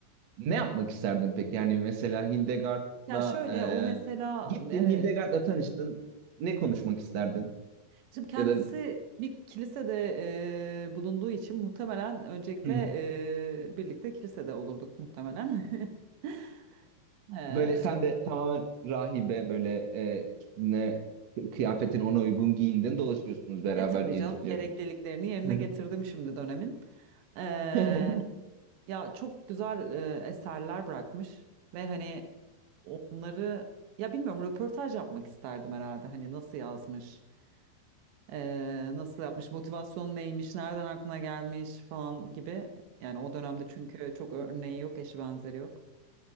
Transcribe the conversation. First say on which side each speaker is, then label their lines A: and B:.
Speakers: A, on the right; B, on the right.
A: Ne yapmak isterdin peki? Yani mesela Hildegard'la
B: Ya şöyle o mesela
A: e, gittin,
B: eee
A: Hildegard'la tanıştın. Ne konuşmak isterdin?
B: Şimdi kendisi
A: Ya da
B: bir kilisede e, bulunduğu için muhtemelen öncelikle
A: <laughs>
B: e, birlikte kilisede olurduk muhtemelen. <laughs>
A: böyle
B: E,
A: sen de tamamen rahibe böyle e, ne kıyafetin ona uygun giyindin, dolaşıyorsunuz beraber
B: e tabii
A: diye
B: canım
A: düşünüyorum.
B: gerekliliklerini yerine
A: <laughs>
B: getirdim şimdi dönemin. E,
A: Hı
B: ya çok güzel e, eserler bırakmış ve hani onları ya bilmiyorum röportaj yapmak isterdim herhalde. Hani nasıl yazmış, e, nasıl yapmış, motivasyonu neymiş, nereden aklına gelmiş falan gibi. Yani o dönemde çünkü çok örneği yok, eşi benzeri yok.